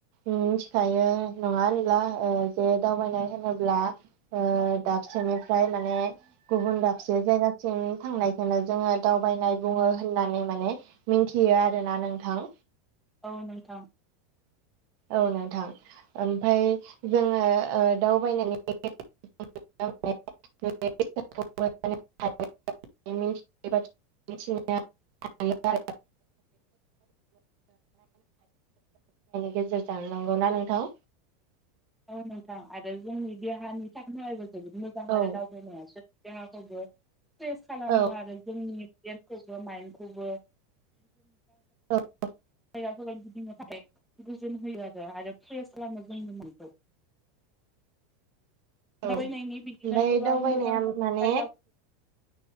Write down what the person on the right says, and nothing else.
मिथिखायो नङा होनब्ला ओ जे दावबायनाय होनोब्ला दा दाबसेनिफ्राय माने गुबुन दाबसे जायगासिम थांनायखौनो जोङो दावबायनाय बुङो होननानै माने मिन्थियो आरोना नोंथां
औ नोंथां ओमफ्राय जोङो ओ दाव बायनानै <unintelligible> मिथि मिथिनाया <unintelligible> गेजेर जानो नांगौना नोंथां
औ
औ
औ औ
औ
ओमफाय
दावबायनाया
माने